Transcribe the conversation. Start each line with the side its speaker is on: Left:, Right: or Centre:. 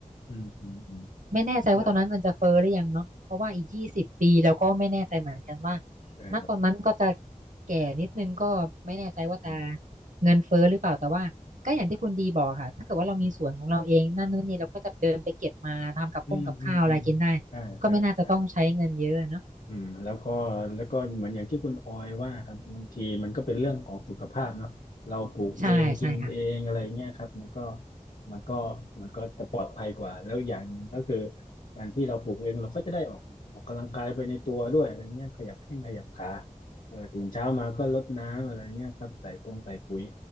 Left: อืมอืมอืม
Right: ไม่แน่ใจว่าตอนนั้นเงินจะเฟ้อหรือยังเนาะเพราะว่าอีกยี่สิบปีเราก็ไม่แน่ใจเหมือนกันว่า
Left: แล้ว <laughs> เออครับ
Right: ณตอนนั้นก็จะแก่นิดนึงก็ไม่แน่ใจว่าจะ
Left: อืม
Right: เงินเฟ้อหรือเปล่า แต่ว่าก็อย่างที่คุณดีบอกค่ะถ้าเกิดว่าเรามีสวนของเราเองนั่นนู่นนี่เราก็จะเดินไปเก็บมาทำกับข้องกับข้าวอะไรกินได้ก็ไม่น่าจะต้องใช้เงินเยอะเนาะ
Left: อืมอืมอืมอืมใช่ใช่ใช่ อืมแล้วก็แล้วก็เหมือนอย่างที่คุณออยว่าครับบางทีมันก็เป็นเรื่องของสุขภาพเนาะเราปลูกเองกินเองอะไรเงี้ยครับมันก็
Right: ใช่ใช่ค่ะ
Left: มันก็มันก็จะปลอดภัยกว่าแล้วอย่างหนึ่งก็คือการที่เราปลูกเองเราก็จะได้ออกออกกำลังกายไปในตัวด้วยอะไรเงี้ยขยับแข้งขยับขาเออตื่นเช้ามาก็รดน้ำอะไรเงี้ยครับใส่ปงใส่ปุ๋ย